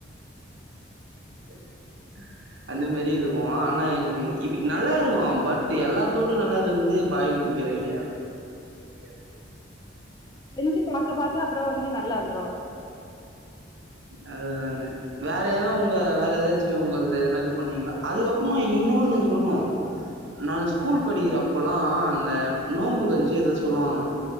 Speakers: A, on the right; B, on the left.
A: <inaudible> அந்த மெரி இருக்கும் ஆனா எனக்கு இ நல்லா இருக்கும் பட் எல்லாத்த விட நல்லா இருக்குரது பாய் வீட்டு பிரியாணிதான் எம்ஜியார்
B: செஞ்சு பார்க பாக்க அப்புறம் வந்து நல்லா வந்துரும்
A: அதுதாங்க வேற ஏதா உங்க வேற ஏதாச்சும் உங்க எதனா இது பண்ணீங்களா அதுக்கப்புறமா இன்னோன்னு சொல்னும் நான் ஸ்கூல் படிக்கிறப்ப அப்பல்லாம் அந்த நோம்பு கஞ்சி ஏதோ சொல்லுவாங்க